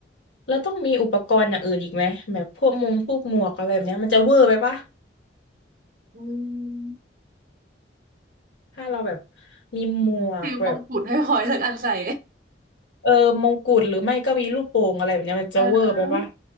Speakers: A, on the left; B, on the right.
A: แล้วต้องมีอุปกรณ์อย่างอื่นอีกไหมแบบพวกมงพวกหมวกอะไรแบบเนี้ยมันจะเวอร์ไปปะ
B: อืม
A: ถ้าเราแบบมีหมวกแบบ
B: ถือมงกุฎให้พลอยสักอันใส่
A: เออมงกุฎหรือไม่ก็มีลูกโป่งอะไรแบบเนี้ยมันจะเวอร์ไปปะ
B: <laughs> เออเออลูก